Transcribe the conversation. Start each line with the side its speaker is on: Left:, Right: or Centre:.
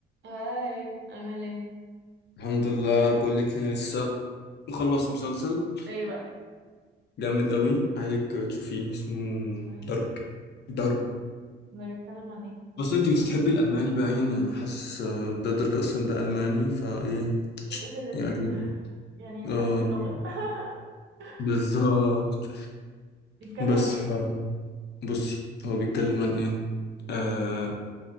Right: هاي عامل ايه
Left: الحمد لله بقول لك انا لسه مخلص مسلسل
Right: ايه بقى
Left: جامد قوي عايزك تشوفيه اسمه
Right: اسمه ايه
Left: دارك دارك
Right: ده بيتكلم عن ايه ده
Left: بس انت
Right: عشان
Left: بتحبي الالماني باين يعني يعني حاسس آه، ده دارك اصلا ده الماني فايه
Right: طب ايه ده لذيذ
Left: يعجبك
Right: ده يعني نحسن
Left: اه يعجبك.
Right: اللغة <laughs>
Left: بالظبط
Right: بيتكلم
Left: بس
Right: عن ايه
Left: ف بصي هو بيتكلم عن ايه آه